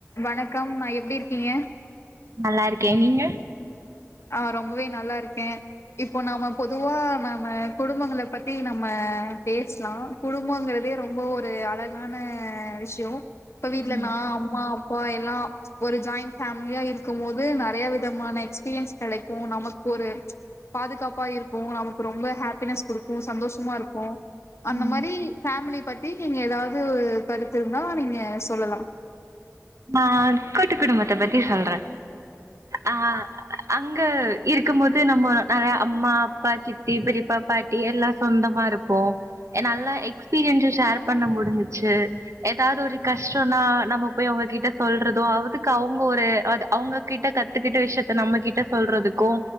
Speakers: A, on the left; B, on the right.
A: வணக்கம் நா எப்டி இருக்கீங்க
B: நல்லா இருக்கே நீங்க
A: ஆ ரொம்பவே நல்லா இருக்கே இப்போ நாம பொதுவா நாம குடும்பங்கள பத்தி நம்ம பேஸ்லா குடும்போங்கறதே ரொம்போ ஒரு அழகான விஷ்யோ இப்ப வீட்ல
B: ம்
A: நா அம்மா அப்பா எல்லா ஒரு ஜாயிண்ட் ஃபேமிலியா இருக்கும் போது நறையா விதமான எக்ஸ்பீரியன்ஸ் கெடைக்கோ நமக்கு ஒரு பாதுகாப்பா இருக்கு நமக்கு ரொம்ப ஹாப்பினஸ் குடுக்கு சந்தோஷமா இருக்கு அந்த
B: ம்
A: மாரி ஃபேமிலி பத்தி நீங்க எதாவது ஒரு கருத்து இருந்தா நீங்க சொல்லலா
B: நா கூட்டு குடும்பத்த பத்தி சொல்றே ஆ அங்க இருக்கும்போது நம்ம நெறயா அம்மா அப்பா சித்தி பெரியப்பா பாட்டி எல்லா சொந்தமா இருப் ப்போ நல்லா எக்ஸ்பீரியன்ஸு ஷேர் பண்ண முடிஞ்சிச்சு எதாது ஒரு கஷ்டோன்னா நம்ம போய் அவுங்க கிட்ட சொல்றது அதுக்கு அவுங்க ஒரு அ அவுங்க கிட்ட கத்துக்கிட்ட விஷயத்த நம்ம கிட்ட சொல்றதுக்கோ